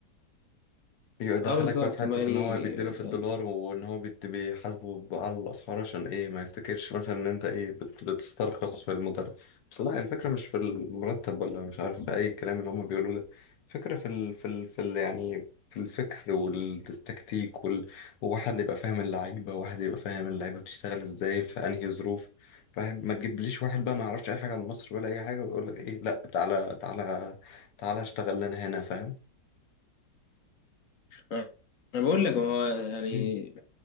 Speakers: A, on the left; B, on the left.
A: يدخلك
B: اه بالظبط
A: بقى في حتة
B: ما يعني
A: ان هو بيديله في الدولار
B: يعني
A: وان هو بيت- بيحاسبه بقى على الاسعار عشان ايه ما يفتكرش مثلا ان انت ايه بت- بتسترخص في المدرب بس لا الفكرة مش في المرتب ولا مش عارف في اي كلام اللي هم بيقولوه ده الفكرة في ال في ال في ال يعني في الفكر والتكتيك وال... وواحد اللي يبقى فاهم اللعيبة واحد يبقى فاهم اللعيبة بتشتغل ازاي في انهي ظروف فاهم ما تجيبليش واحد بقى ما يعرفش اي حاجة عن مصر ولا اي حاجة ويقول لك ايه لا تعالى تعالى تعالى اشتغل لنا هنا فاهم
B: انا بقول لك هو يعني
A: مم.